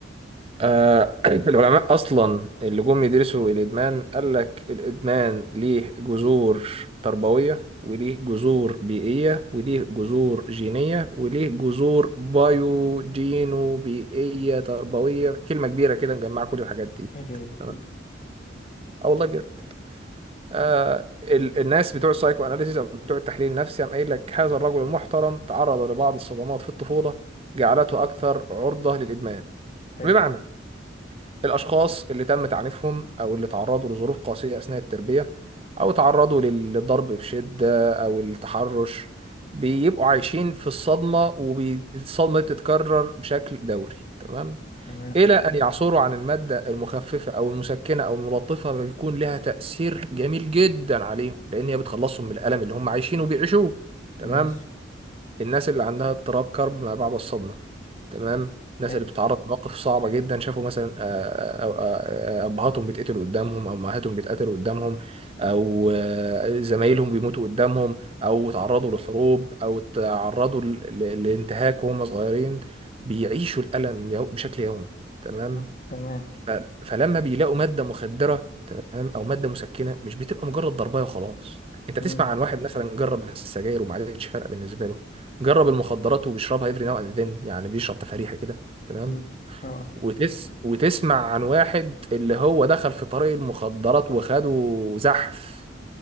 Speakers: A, on the right; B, on the left.
A: آه، <clears throat> العلماء أصلا اللي جم يدرسوا الإدمان قال لك الإدمان ليه جذور تربوية وليه جذور بيئية وليه جذور جينية وليه جذور بايو جينو بيئية تربوية كلمة كبيرة كده مجمعة كل الحاجات دي
B: ايه ده إيه ده
A: تمام
B: كله
A: اه والله بجد آه ال- الناس بتوع السايكو اناليسيس او بتوع التحليل النفسي قام قايل لك هذا الرجل المحترم تعرض لبعض الصدمات في الطفولة جعلته أكثر عرضة للإدمان
B: حلو
A: بمعنى الأشخاص اللي تم تعنيفهم أو اللي تعرضوا لظروف قاسية أثناء التربية أو تعرضوا للضرب بشدة أو التحرش بيبقوا عايشين في الصدمة والصدمة بتتكرر بشكل دوري تمام
B: تمام
A: إلى أن يعثروا عن المادة المخففة أو المسكنة أو الملطفة بيكون لها تأثير جميل جدا عليهم لأن هي بتخلصهم من الألم اللي هم عايشينه وبيعيشوه تمام
B: ماشي
A: الناس اللي عندها اضطراب كرب ما بعد الصدمة تمام الناس
B: حلو
A: اللي بتتعرض لمواقف صعبة جدا شافوا مثلا آه، آه، آه، آه، أبهاتهم بيتقتلوا قدامهم أو أمهاتهم بيتقتلوا قدامهم أو آه، زمايلهم بيموتوا قدامهم أو تعرضوا لحروب أو تعرضوا ل- ل- لانتهاك وهم صغيرين بيعيشوا الألم يو- بشكل يومي تمام
B: أه، تمام
A: ف- فلما بيلاقوا ماده مخدره تمام او ماده مسكنه مش بتبقى مجرد ضربايه وخلاص انت
B: مم.
A: تسمع عن واحد مثلا جرب السجاير وما عادتش فارقه بالنسبه له جرب المخدرات وبيشربها افري ناو اند ذن يعني بيشرب تفاريحه كده تمام
B: مم. اه
A: وتس وتسمع عن واحد اللي هو دخل في طريق المخدرات وخده زحف